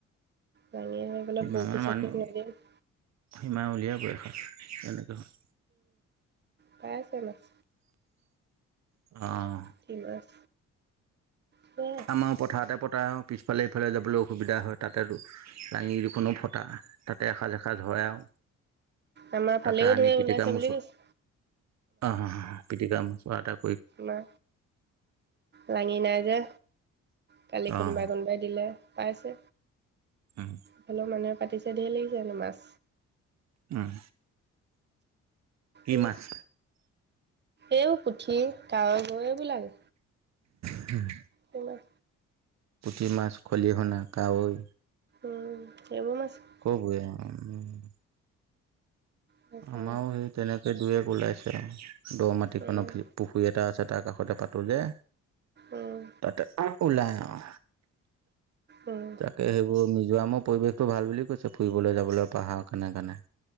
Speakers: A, on the right (about 35°); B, on the right (about 60°).
A: লাঙি আনি পেলাই
B: সীমা
A: বৰষী-চৰষী
B: মামি মানুহ
A: আনি নিদিয়ে।
B: সীমা উলীয়াই বয়স আৰু এনেকে হয়।
A: পাই আছে মাছ।
B: অহ
A: কি মাছ? সেয়াই
B: আমাৰ পথাৰতে পোটা পিছফালে ইফালে যাবলৈ অসুবিধা হয় তাতে লাঙি দুখনো ফটা তাকে এসাঁজ এসাঁজ হয় আও।
A: আমাৰ ফালেও
B: তাকে আনি
A: ঢেৰ
B: পিটিকা
A: ওলাইছে বুলি
B: মুচু
A: কৈছে
B: আঁ-হাঁ- পিটিকা মোচোৱা টাইপ
A: না লাঙি নাই যে কালি কোনোবাই
B: অহ
A: কোনোবাই দিলে পাইছে
B: উম
A: হ'লেও মানে পাতিছে ঢেৰ লাগিছে হেনো মাছ
B: উম কি
A: উম,
B: মাছ?
A: এইবোৰ পুঠি, কাৱৈ, গৰৈ এইবোৰ লাগে।
B: উম
A: কি মান?
B: পুঠি মাছ খলিহনা কাৱৈ
A: উম, এইবোৰ মাছ
B: <unintelligible> উম।
A: তাকে
B: আমাৰো সেই তেনেকে দুই এক ওলাইছে আৰু দহ মাটি
A: উম
B: কণৰ পুখুৰী এটা আছে তাৰ কাষতে পাতোঁ যে
A: উম
B: তাতে ওলাই আৰু।
A: উম
B: তাকে সেইবোৰ মিজোৰামৰ পৰিৱেশটো ভাল বুলি কৈছে ফুৰিবলৈ যাবলৈ পাহাৰ কাৰণে কাৰণে।